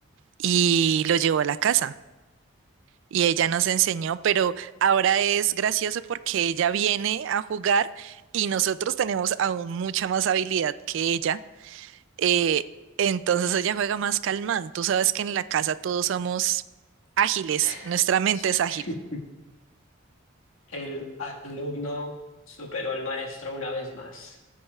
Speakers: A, on the right (about 65°); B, on the left (about 80°).
A: y lo llevó a la casa. Y ella nos enseñó, pero ahora es gracioso porque ella viene a jugar y nosotros tenemos aún mucha más habilidad que ella. eh, entonces ella juega más calmada. Tú sabes que en la casa todos somos ágiles,
B: <laughs>
A: nuestra mente es ágil.
B: El alumno superó al maestro una vez más.